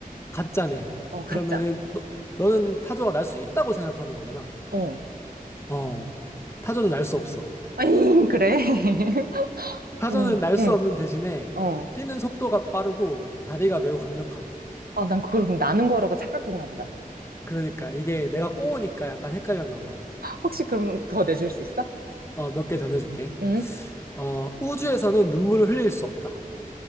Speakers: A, on the left (about 15°); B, on the right (about 85°).
A: 가짜네.
B: 어, 가짜.
A: 그러면은 너, 너는 타조가 날 수 있다고 생각하는 거잖아.
B: 어.
A: 어. 타조는 날 수 없어.
B: 아니, 그래. <laughs>
A: 타조는
B: 응,
A: 날 수
B: 응,
A: 없는 대신에
B: 어.
A: 뛰는 속도가 빠르고 다리가 매우 강력하대.
B: 아, 난 그걸 그럼 나는 거라고 착각했나 보다.
A: 그러니까 이게 내가 꼬우니까 약간 헷갈렸나 봐.
B: 혹시 그럼 더 내줄 수 있어?
A: 어, 몇 개 더 내줄게.
B: 응?
A: 어, 우주에서는 눈물을 흘릴 수 없다.